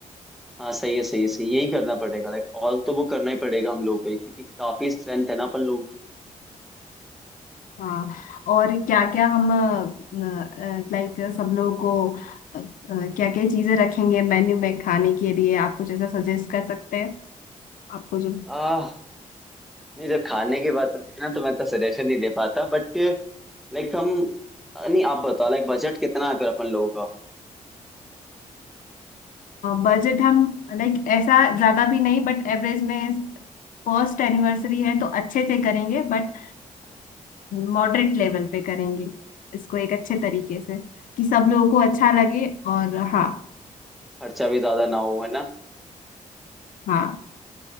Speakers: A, in the centre; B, on the left.
A: हाँ सही है सही है सही है। यही करना पड़ेगा लाइक ऑल तो बुक करना ही पड़ेगा हम लोगों को ही, क्योंकि काफी स्ट्रेंथ है ना अपन लोगों की
B: हाँ और क्या क्या हम लाइक सब लोगों को क्या क्या चीजें रखेंगे मेन्यू में खाने के लिए आप कुछ ऐसा सजेस्ट कर सकते हैं आपको जो
A: आह नहीं जब खाने की बात होती है ना तो मैं तो सजेशन नहीं दे पाता बट लाइक हम नहीं आप बताओ लाइक बजट कितना है फिर अपन लोगों का
B: बजट हम लाइक ऐसा ज्यादा भी नहीं बट एवरेज में फर्स्ट एनिवर्सरी है तो अच्छे से करेंगे बट मॉडरेट लेवल पे करेंगे इसको एक अच्छे तरीके से कि सब लोगों
A: अच्छा,
B: को अच्छा लगे और हाँ
A: खर्चा भी ज्यादा ना हो है ना
B: हाँ